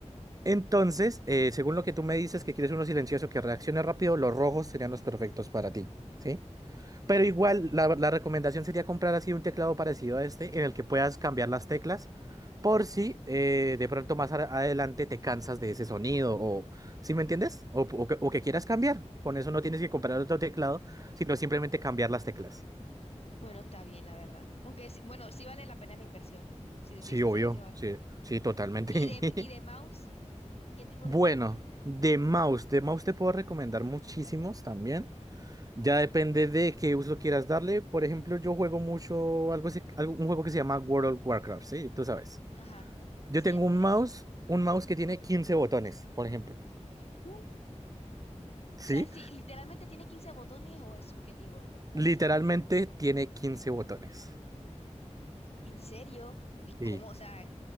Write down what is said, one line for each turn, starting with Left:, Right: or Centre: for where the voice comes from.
Right: Entonces, eh, según lo que tú me dices, que quieres uno silencioso que reaccione rápido, los rojos serían los perfectos para ti, ¿sí? Pero
Left: Entiendo.
Right: igual, la, la recomendación sería comprar así un teclado parecido a este, en el que puedas cambiar las teclas, por si eh, de pronto más a- adelante te cansas de ese sonido, o ¿sí me entiendes? O, o que, o que quieras cambiar. Con eso no tienes que comprar otro teclado, sino simplemente cambiar las teclas.
Left: Bueno, está bien, la verdad. Aunque, sí- bueno, sí vale la pena la inversión. Si te
Right: Sí,
Left: soy sincera,
Right: obvio,
Left: sí vale.
Right: sí, sí, totalmente.
Left: ¿Y de,
Right: <laughs>
Left: y de mouse? ¿Qué tipo
Right: Bueno,
Left: de mouse hay?
Right: de mouse, de mouse te puedo recomendar muchísimos también. Ya depende de qué uso quieras darle. Por ejemplo, yo juego mucho algo, así- algo- un juego que se llama World of Warcraft, ¿sí? Tú sabes.
Left: Ajá,
Right: Yo
Left: sí,
Right: tengo
Left: ya tú
Right: un
Left: me dijiste.
Right: mouse, un mouse que tiene 15 botones, por ejemplo.
Left: Sí.
Right: ¿Sí?
Left: O sea, si literalmente tiene 15 botones o es subjetivo lo que me estás
Right: Literalmente
Left: diciendo.
Right: tiene 15 botones.
Left: ¿En serio? ¿Y cómo,
Right: Sí.
Left: o sea,